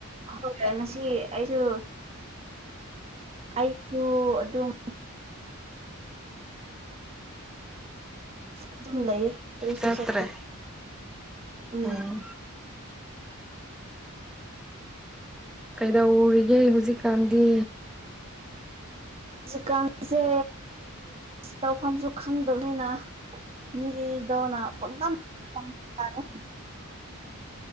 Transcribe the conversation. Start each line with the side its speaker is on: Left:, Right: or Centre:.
Right: ꯍꯪꯗꯦ ꯉꯁꯤ ꯑꯩꯖꯨ ꯑꯩꯁꯨ ꯑꯗꯨꯝ ꯑꯗꯨꯝ ꯂꯩꯌꯦ ꯀꯔꯤꯁꯨ
Centre: ꯆꯠꯇ꯭ꯔꯦ
Right: ꯆꯠꯇꯦ ꯎꯝ
Centre: ꯑꯣ ꯀꯩꯗꯧꯔꯤꯒꯦ ꯍꯧꯖꯤꯛꯀꯥꯟꯗꯤ
Right: ꯖꯤꯀꯥꯟꯁꯦ ꯇꯧꯐꯝꯁꯨ ꯈꯪꯗꯕꯅꯤꯅ ꯃꯤꯗꯤ ꯗꯣꯅ ꯄꯪꯇꯝ ꯇꯝꯅꯔꯦ